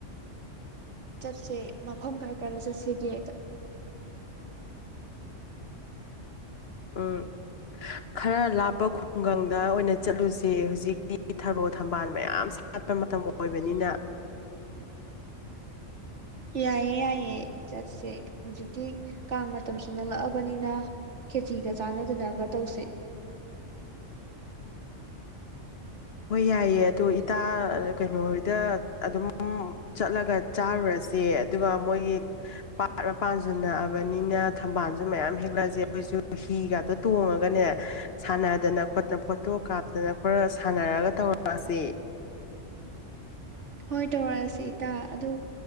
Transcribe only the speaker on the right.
ꯆꯠꯁꯦ ꯃꯐꯝ ꯀꯥꯏ ꯀꯥꯏꯗ ꯆꯠꯁꯤꯒꯦ
ꯌꯥꯏꯑꯦ ꯌꯥꯏꯑꯦ ꯆꯠꯁꯦ ꯍꯧꯖꯤꯛꯇꯤ ꯀꯥꯡ ꯃꯇꯝꯁꯨꯨ ꯅꯠꯂꯛꯑꯕꯅꯤꯅ ꯈꯦꯆꯤꯒ ꯆꯥꯟꯅꯗꯅꯒ ꯇꯧꯁꯦ
ꯍꯣꯏ ꯇꯧꯔꯛꯑꯁꯤ ꯏꯇꯥ ꯑꯗꯨ